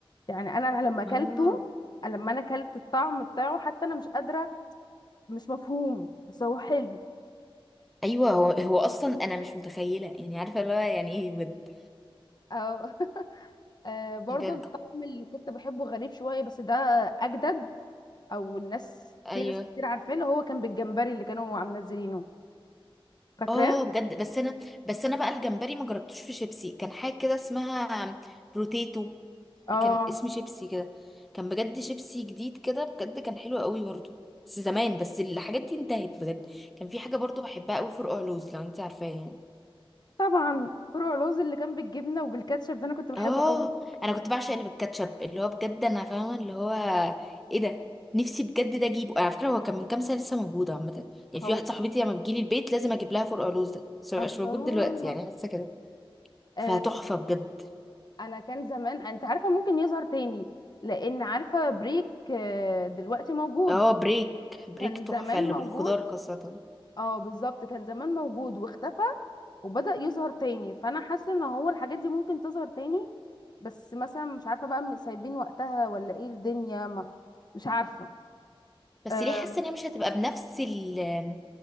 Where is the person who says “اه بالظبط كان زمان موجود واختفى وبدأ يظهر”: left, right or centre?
Left